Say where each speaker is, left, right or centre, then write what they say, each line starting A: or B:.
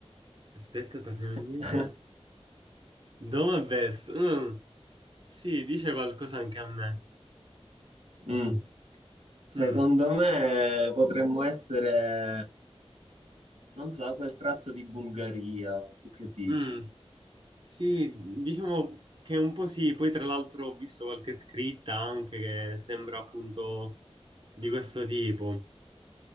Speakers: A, on the right; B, on the right.
A: aspetta, torniamo
B: <laughs>
A: indietro. Dove best? Mm, sì, dice qualcosa anche a me.
B: Mm. Secondo
A: Mm,
B: me potremmo essere, non so, quel tratto di Bulgaria. Tu che dici?
A: mm. Sì, diciamo che un po' sì, poi tra l'altro ho visto qualche scritta anche che sembra appunto di questo tipo,